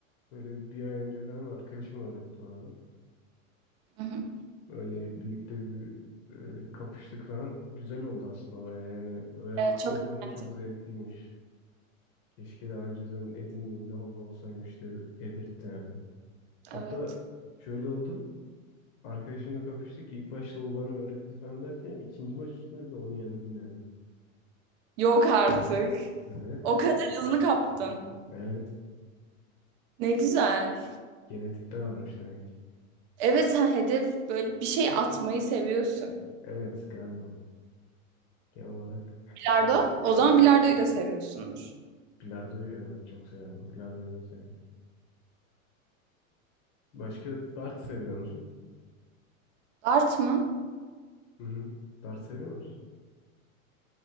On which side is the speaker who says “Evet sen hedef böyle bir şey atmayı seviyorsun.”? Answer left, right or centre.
Right